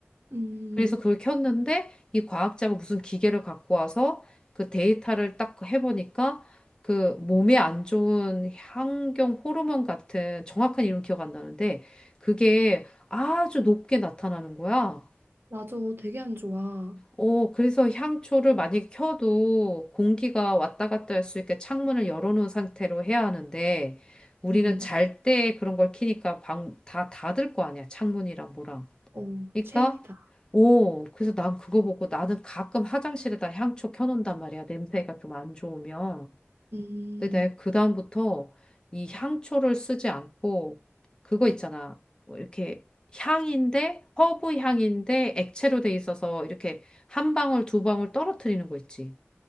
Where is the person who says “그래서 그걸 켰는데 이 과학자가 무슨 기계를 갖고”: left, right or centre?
Left